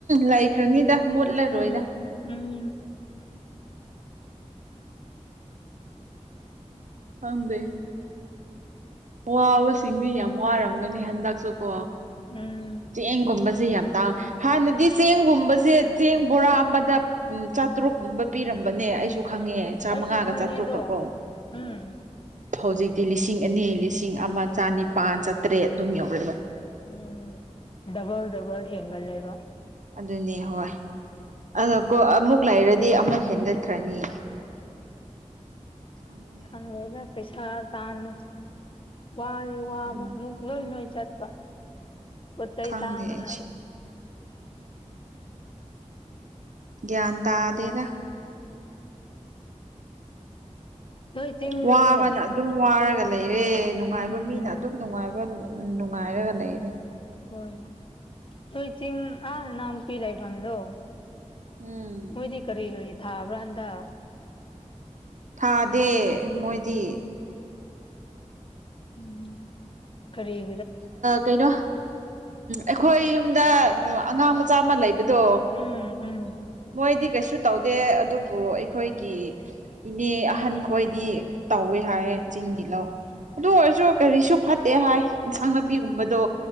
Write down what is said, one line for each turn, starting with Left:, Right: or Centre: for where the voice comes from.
Right: ꯂꯩꯈ꯭ꯔꯅꯤꯗ ꯃꯨꯠꯂꯔꯣꯏꯗ
Left: ꯎꯝ ꯎꯝ
Right: ꯍꯪꯗꯦ ꯋꯥꯕꯁꯤꯡꯗꯤ ꯌꯥꯝ ꯋꯥꯔꯝꯒꯅꯤ ꯍꯟꯗꯛꯁꯨ ꯀꯣ
Left: ꯎꯝ
Right: ꯆꯦꯡꯒꯨꯝꯕꯁꯦ ꯌꯥꯝ ꯇꯥꯡꯦ ꯍꯥꯟꯅꯗꯤ ꯆꯦꯡꯒꯨꯝꯕꯁꯦ ꯆꯦꯡ ꯕꯣꯔꯥ ꯑꯃꯗ ꯎꯝ ꯆꯥꯇꯔꯨꯛꯀꯨꯝꯕ ꯄꯤꯔꯝꯕꯅꯦ ꯑꯩꯁꯨ ꯈꯪꯉꯦ ꯆꯥꯃꯉꯥꯒ
Left: ꯑꯩꯁꯨ ꯈꯪꯉꯦ
Right: ꯆꯥꯇ꯭ꯔꯨꯛꯀ
Left: ꯑꯗꯣ
Right: ꯀꯣ
Left: ꯎꯝ
Right: ꯍꯧꯖꯤꯛꯇꯤ ꯂꯤꯁꯤꯡ ꯑꯅꯤ ꯂꯤꯁꯤꯡ ꯑꯃ ꯆꯅꯤꯄꯥꯜ ꯆꯥꯇ꯭ꯔꯦꯠ ꯑꯗꯨꯝ ꯌꯧꯔꯛꯑꯦꯕ
Left: ꯎꯝ ꯗꯕꯜ ꯗꯕꯜ ꯍꯦꯟꯒꯠꯂꯦꯕ
Right: ꯑꯗꯨꯅꯦ ꯍꯣꯏ ꯑꯗꯀꯣ ꯑꯃꯨꯛ ꯂꯩꯔꯗꯤ ꯑꯃꯨꯛ ꯍꯦꯟꯒꯠꯈ꯭ꯔꯅꯤ ꯈꯪꯗꯦ
Left: ꯎꯝꯦꯗ ꯄꯩꯁꯥ ꯇꯥꯅ ꯋꯥꯔꯤ ꯋꯥꯕ
Right: ꯎꯝ
Left: ꯑꯃꯨꯛ ꯂꯣꯏ ꯂꯣꯏ ꯆꯠꯄ ꯄꯣꯠ ꯆꯩꯩ
Right: ꯈꯪꯗꯦ
Left: ꯊꯥꯡꯕꯅ
Right: ꯑꯩꯁꯨ ꯒ꯭ꯌꯥꯟ ꯇꯥꯗꯦꯗ
Left: ꯅꯣꯏ ꯆꯤꯡꯗꯀꯣ
Right: ꯋꯥꯕꯅ ꯑꯗꯨꯝ ꯋꯥꯔꯒ ꯂꯩꯔꯦ ꯅꯨꯡꯉꯥꯏꯕ
Left: ꯎꯝ
Right: ꯃꯤꯅ ꯑꯗꯨꯝ ꯅꯨꯡꯉꯥꯏꯕ ꯅꯨꯡꯉꯥꯏꯔꯒ ꯂꯩꯔꯦ
Left: ꯍꯣꯏ ꯅꯣꯏ ꯆꯤꯡ ꯑꯥ ꯅꯎꯄꯤ ꯂꯩꯐꯝꯗꯣ
Right: ꯎꯝ
Left: ꯃꯣꯏꯗꯤ ꯀꯔꯤ ꯀꯔꯤ ꯊꯥꯕ꯭ꯔꯥꯥꯟꯗ
Right: ꯊꯥꯗꯦ ꯃꯣꯏꯗꯤ
Left: ꯎꯝ ꯈꯔꯔꯤ
Right: ꯀꯩꯅꯣ ꯑꯩꯈꯣꯏ ꯌꯨꯝꯗ ꯑꯉꯥꯡ ꯃꯆꯥ ꯑꯃ ꯂꯩꯕꯗꯣ
Left: ꯎꯝ ꯎꯝ
Right: ꯃꯣꯏꯗꯤ ꯀꯩꯁꯨ ꯇꯧꯗꯦ ꯑꯗꯨꯕꯨ ꯑꯩꯈꯣꯏꯒꯤ ꯏꯅꯦ ꯑꯍꯟꯈꯣꯏꯗꯤ ꯇꯧꯋꯦ ꯍꯥꯏꯌꯦꯦ ꯆꯤꯡꯒꯤ ꯂꯧ ꯑꯗꯨ ꯑꯣꯏꯔꯁꯨ ꯀꯔꯤꯁꯨ ꯐꯠꯇꯦ ꯍꯥꯏ ꯏꯟꯁꯥꯡ ꯅꯥꯄꯤꯒꯨꯝꯕꯗꯣ